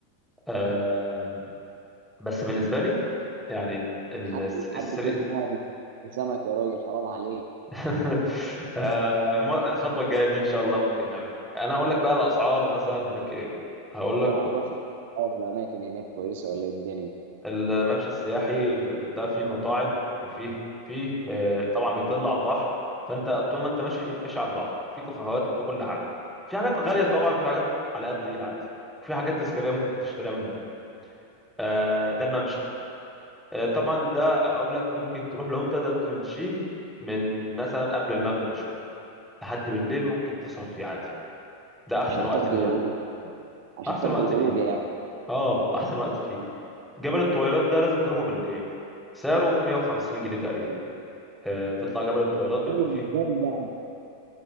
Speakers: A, in the centre; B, on the right.
A: آه، بس بالنسبه لي يعني ال-
B: حد
A: الس- السري
B: حد يروح معاها بس- سمك يا راجل حرام عليك
A: <laughs> آه، الم- الخطوه الجايه دي ان شاء الله ممكن نعملها انا هقول لك بقى الاسعار مثلا هناك ايه هقول
B: انا
A: لك
B: عرفني اقعد الاماكن هناك كويسه ولا إيه الدنيا
A: الممشى السياحي ده فيه المطاعم وفيه فيه آه، طبعا بيطل على البحر فانت طول ما انت ماشي ماشي على البحر في كافيهات وفي كل حاجه في حاجات غاليه طبعا وفي حاجات على قد الايد عادي وفي حاجات تذكاريه ممكن تشتريها من هناك آه، ده الممشى آه، طبعا ده اقول لك ممكن تروح لامتى ده تمشيه من مثلا قبل المغرب بشويه لحد بالليل ممكن تسهر فيه عادي ده احسن
B: عشان
A: وقت
B: تاخدوا
A: ليه
B: الغروب
A: يعني
B: عشان
A: احسن
B: تاخدوا
A: وقت
B: الغروب
A: ليه
B: يعني
A: اه احسن وقت فيه جبل الطويلات ده لازم تروحه بالليل سعره 150 جنيه تقريبا آه، تطلع جبل الطويلات بيبقى
B: ايوه
A: فيه
B: مش غالي لا،